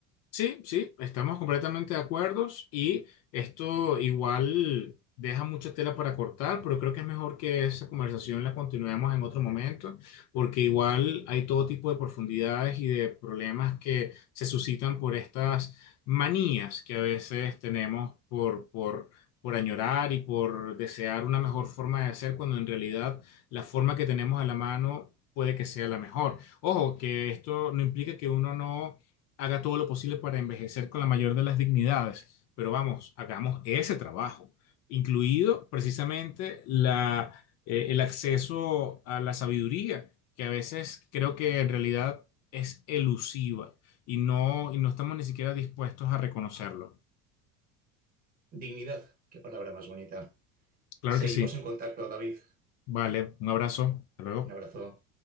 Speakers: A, on the left; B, on the right.
A: Sí, sí, estamos completamente de acuerdo y esto igual deja mucha tela para cortar, pero creo que es mejor que esa conversación la continuemos en otro momento, porque igual hay todo tipo de profundidades y de problemas que se suscitan por estas manías que a veces tenemos por, por, por añorar y por desear una mejor forma de ser, cuando en realidad la forma que tenemos a la mano puede que sea la mejor. Ojo, que esto no implica que uno no haga todo lo posible para envejecer con la mayor de las dignidades. Pero vamos, hagamos ese trabajo, incluido precisamente la, eh, el acceso a la sabiduría, que a veces creo que en realidad es elusiva y no, y no estamos ni siquiera dispuestos a reconocerlo.
B: Dignidad, qué palabra más bonita.
A: Claro
B: Seguimos
A: que sí.
B: en contacto, David.
A: Vale, un abrazo. Hasta luego.
B: Un abrazo.